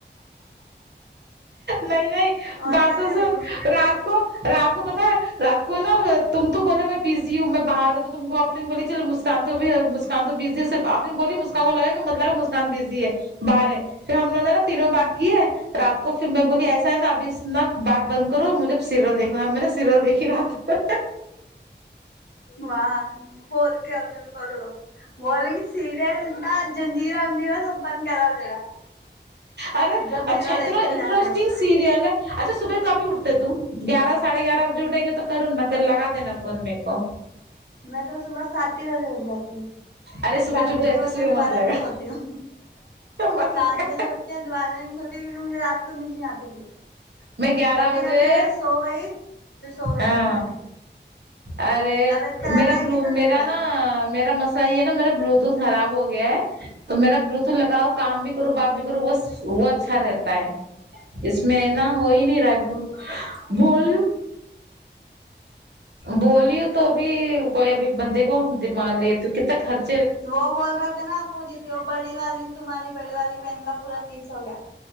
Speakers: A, on the right (about 65°); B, on the left (about 65°).
A: نہیں نہیں
B: اور
A: بات
B: کیا
A: تو
B: کریں
A: سن
B: گے
A: رات کو رات کو پتا ہے رات کو نا تم تو بولے میں بزی ہوں میں باہر ہوں تو تم کو آفرین بولی چلو مس مسکان تو بھی ہے مسکان تو بزی ہے اس سے آفرین بولی مسکان کو لگا مت لگا مسکان بزی ہے باہر ہے پھر ہم لوگوں نے نا تینوں بات کی ہے رات کو پھر میں بولی ایسا ہے نا ابھی اس نا بات بند کرو مجھے سیریل دیکھنا میں نا سیریل دیکھی رات میں
B: واہ بولتی ابھی پڑھ لو بولیں گی سیریل نہ جنجرا ونجرا سب بند کراؤ ذرا
A: ارے
B: جنجیرا
A: اچھا اتنا
B: دیکھنے
A: انٹرسٹنگ
B: جا رہے ہو
A: سیریل ہے اچھا صبح کبھی اٹھتے تم گیارہ ساڑھے گیارہ بجے اٹھے گے تو کر نا کر لگا دینا فون میرے کو
B: میں تو صبح سات ہی بجے اٹھ جاتی ہوں
A: ارے صبح
B: سات
A: چپ
B: بجے
A: جاتے
B: کے بعد
A: صبح
B: میں دوبارہ
A: مت لگا
B: نہیں سوتی ہوں
A: مت
B: سات
A: لگا
B: بجے کیا دوبارہ نہیں سوتی کیونکہ مجھے رات کو نیند نہیں آتی پھر
A: میں گیارہ
B: کبھی
A: بجے
B: کبھی اگر سو گئی تو سو گئی
A: اں
B: نہیں تو نہیں
A: ارے
B: طبیعت خراب
A: میرا
B: رہے
A: بلو
B: گی تو
A: میرا
B: سو جاتے
A: نا
B: ہیں۔
A: میرا مس صحیح ہے نا میرا بلوٹوتھ خراب ہو گیا ہے تو میرا بلوٹوت لگاؤ کام بھی کروں بات بھی کروں وہ وہ اچھا رہتا ہے اس میں نا ہو ہی نہیں رہا ہے بلو بولیو بولی ہو تو بھی کوئی ابھی بندے کو دماغ لےتی کتنا خرچ
B: وہ بول رہے تھے نا آپ کو بڑی والی تمہاری بڑی والی بہن کا پورا تیس ہو گیا